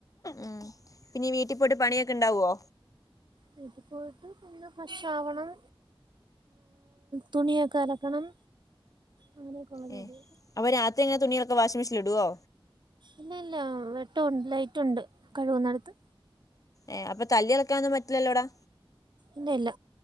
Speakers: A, on the left; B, on the right.
A: ഉം. പിന്നെ ഈ വീട്ടി പോട്ട് പണിയൊക്കെണ്ടാവോ
B: വീട്ടിൽ പോയിട്ട് പിന്നെ ഫ്രഷാവണം തുണിയൊക്കെ അലക്കണം അങ്ങനേക്കുള്ള ജോലി
A: ഏ അപ്പോൾ രാത്രി എങ്ങനെ തുണികളൊക്കെ വാഷിംഗ് മെഷീനിൽ ഇടുവോ
B: ഇല്ല ഇല്ല വെട്ടൊ ലൈറ്റുണ്ട് കഴിവുന്നിടുത്ത്
A: ഏ അപ്പൊ തല്ലി ഇളക്കാനൊന്നും പറ്റില്ലല്ലോടാ
B: ഇല്ല ഇല്ല